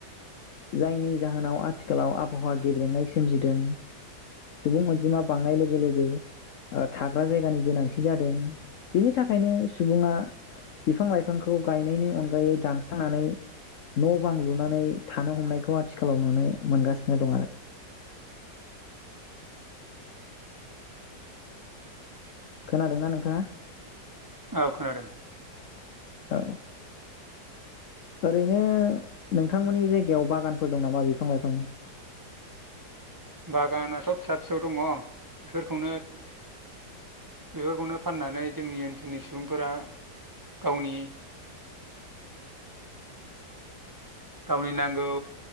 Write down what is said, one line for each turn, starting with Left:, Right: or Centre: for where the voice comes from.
Left: जायनि जाहोनाव आथिखालाव आबहावा गेब्रेंनाय सोमजिदों सुबुं अनजिमा बांनाय लोगो लोगो थाग्रा जायगानि गोनांथि जादों बेनि थाखायनो सुबुङा बिफां लाइफांखौ गायनायनि अन गायै दानस्रांनानै न' बां लुनानै थानो हमनायखौ आथिखालाव नुनो मोनगासिनो दं आरो खोनादोंना नोंथाङा
Right: औ खोनादों
Left: औ ओरैनो नोंथांमोननि जायगायाव बागानफोर दं नामा बिफां लाइफांनि
Right: बागानाथ' फिसा फिसौ दङ बेफोरखौनो बेफोरखौनो फाननानै जोंनि ओनसोलनि सुबुंफोरा गावनि गावनि नांगौ